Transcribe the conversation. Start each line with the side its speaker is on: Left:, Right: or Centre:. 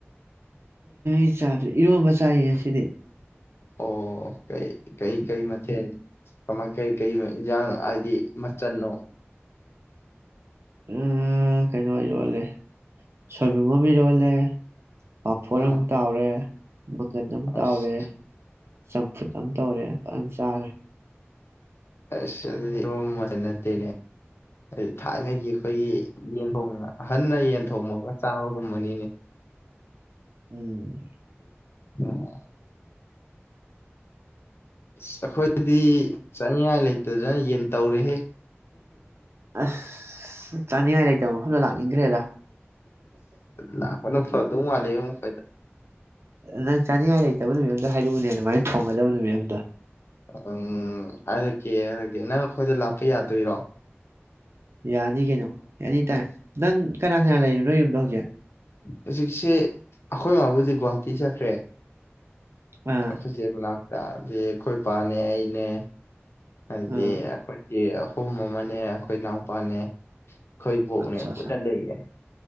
Right: ꯏ ꯆꯥꯗꯔꯤ ꯏꯔꯣꯝꯕ ꯆꯥꯏꯌꯦ ꯉꯁꯤꯗꯤ
Left: ꯑꯣ ꯀꯩ ꯀꯩ ꯀꯩ ꯃꯊ ꯀꯃꯥ ꯀꯩ ꯀꯩ ꯏꯟꯖꯥꯡ ꯍꯥꯏꯗꯤ ꯃꯆꯟꯅꯣ
Right: ꯎꯝ ꯀꯩꯅꯣ ꯑꯣꯏꯔꯣꯜꯂꯦ ꯁꯣꯏꯕꯨꯝ ꯑꯃꯝꯕꯤꯔꯣꯜꯂꯦ ꯄꯥꯐꯣꯔ
Left: ꯑꯥ
Right: ꯑꯝ ꯇꯥꯎꯔꯦ ꯃꯪꯒꯟ ꯑꯝ ꯇꯥꯎꯔꯦ
Left: ꯑꯁ
Right: ꯆꯝꯐꯨꯠ ꯑꯝ ꯇꯧꯔꯦ ꯐꯖꯅ ꯆꯥꯒꯔꯦ
Left: ꯑꯁ ꯑꯗꯨꯗꯤ ꯏꯔ‌ꯣꯝꯕꯥ ꯃꯆꯜ ꯅꯠꯇꯦꯅꯦ ꯍꯥꯏꯗꯤ ꯊꯥꯏꯅꯒꯤ ꯑꯩꯈꯣꯏꯒꯤ ꯌꯦꯟ ꯊ ꯑꯍꯟꯅ ꯌꯦꯟ ꯊꯣꯡꯕꯒ ꯆꯥꯕꯒꯨꯝꯕꯅꯤꯅꯦ
Right: ꯎꯝ
Left: ꯑ <inaudible> ꯑꯁ ꯑꯩꯈꯣꯏꯗꯤ ꯆꯥꯅꯤꯡꯉꯥꯏ ꯂꯩꯇꯗꯅ ꯌꯦꯟ ꯇꯧꯔꯦꯍꯦ
Right: ꯑ ꯆꯥꯅꯤꯡꯉꯥꯏ ꯂꯩꯇꯕ ꯃꯐꯝꯗ ꯂꯥꯛꯅꯤꯡꯈ꯭ꯔꯦꯗ
Left: ꯂꯅ ꯐꯠꯇ ꯃꯥꯂꯦꯨ ꯐꯥꯏꯗ
Right: ꯅꯪ ꯆꯥꯅꯤꯡꯉꯥꯏ ꯂꯩꯇꯕ ꯅꯨꯃꯤꯠ ꯑꯝꯗ ꯍꯥꯏꯔꯛꯎꯅꯦ ꯑꯗꯨꯃꯥꯏꯅ ꯊꯣꯡꯒꯗꯕ ꯅꯨꯃꯤꯠ ꯑꯗ
Left: ꯎꯝ ꯍꯥꯏꯔꯛꯀꯦ ꯍꯥꯏꯔꯀꯦ ꯅꯪ ꯑꯩꯈꯣꯏꯗ ꯂꯥꯛꯄ ꯌꯥꯗꯣꯏꯔꯣ
Right: ꯌꯥꯅꯤ ꯀꯩꯅꯣ ꯑꯦꯅꯤ ꯇꯥꯏꯝ ꯅꯪ ꯀꯅꯥ ꯀꯅꯥ ꯂꯩꯔꯤꯨꯅꯣꯏ ꯌꯨꯝꯗ ꯍꯧꯖꯤꯛ
Left: ꯍꯧꯖꯤꯛꯁꯦ ꯑꯩꯈꯣꯏ ꯃꯥꯕꯨꯗꯤ ꯒꯨꯍꯥꯇꯤ ꯆꯠꯈ꯭ꯔꯦ
Right: ꯑꯥ
Left: ꯁ ꯃꯅꯥ ꯗꯤ ꯑꯩꯈꯣꯏ ꯏ ꯄꯅꯦ ꯑꯩꯅꯦ ꯑꯗꯨꯗꯤ
Right: ꯑꯥ
Left: ꯑꯩꯈꯣꯏ ꯑꯍꯨꯝ ꯑꯃꯅꯦ ꯑꯩꯈꯣꯏ ꯏꯅꯥꯎꯄꯥꯅꯦ ꯈꯣꯏꯕꯣꯛꯅꯦ
Right: ꯑꯠꯆꯥ
Left: ꯄꯨꯟꯅ
Right: ꯑꯠꯆꯥ
Left: ꯂꯩꯌꯦ